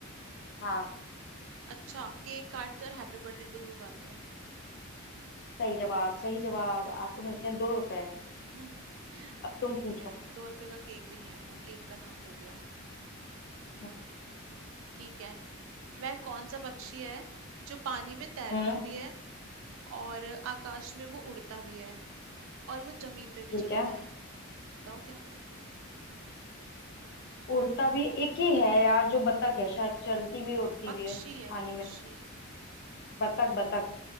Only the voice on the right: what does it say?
अच्छा केक काटते और हैप्पी बर्थडे टू यू गाते हैं
हम्म
हम्म,
ठीक
है दो रुपए का केक भी नहीं आएगा केक का नाम ले दिया
ठीक है वह कौन सा पक्षी है जो पानी में तैरता
भी है और आकाश में वो उड़ता भी है और वो जमीन पे भी
चलता
है बताओ क्या
पक्षी
है
पक्षी